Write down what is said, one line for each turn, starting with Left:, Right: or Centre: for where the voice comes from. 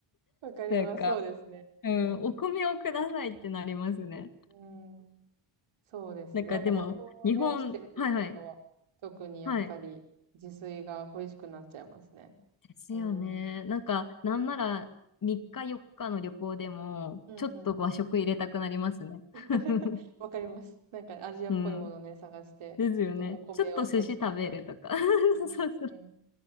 Right: わかります。
Left: なんか、
Right: そうですね。
Left: うん、
Right: うん。
Left: お米をくださいってなりますね。
Right: うん。そうですね。
Left: なんかでも、
Right: なんか旅行をね、
Left: 日本、
Right: してる時とかは、
Left: はいはい、
Right: 特にやっぱり自炊が恋しくなっちゃいますね。
Left: はい。ですよね。
Right: うん。うん
Left: なんか、なんなら3日4日の旅行でも、
Right: うん。
Left: ちょっと和食入れたくなりますね。
Right: <laughs>
Left: <laughs>
Right: わかります。なんかアジアっぽいものね、
Left: うん。
Right: 探して、
Left: ですよね。
Right: ちょっとお米を摂取したり。
Left: ちょっと寿司食べるとか。<laughs>
Right: うんう
Left: そうそう
Right: んうん。